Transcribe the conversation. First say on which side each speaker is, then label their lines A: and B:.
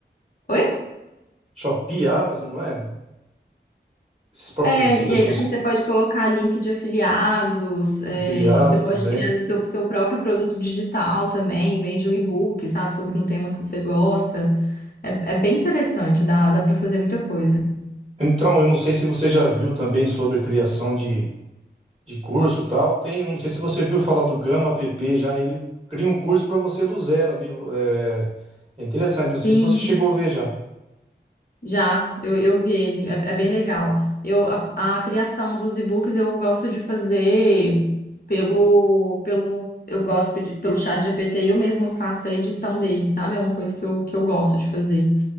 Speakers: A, on the left; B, on the right.
A: Oi?
B: Shopee, Amazon, não é? Esses próprios,
A: É,
B: essas pessoas
A: e aí aí você pode colocar link de afiliados, é,
B: afiliadas
A: e você pode
B: também.
A: criar seu, seu próprio produto digital também, vende um e-book, sabe, sobre um tema que você gosta. É, é bem interessante, dá, dá para fazer muita coisa.
B: Então, eu não sei se você já viu também sobre criação de, de curso e tal. Tem, eu não sei se você viu falar do Gama app já, ele cria um curso para você do zero ali. É, é interessante, não sei
A: Sim,
B: se você chegou a ver já.
A: já, eu, eu vi ele, é, é bem legal. Eu, a, a criação dos e-books eu gosto de fazer pelo, pelo, eu gosto de pedir- pelo chat GPT, eu mesmo faço a edição dele, sabe? É uma coisa que eu, que eu gosto de fazer.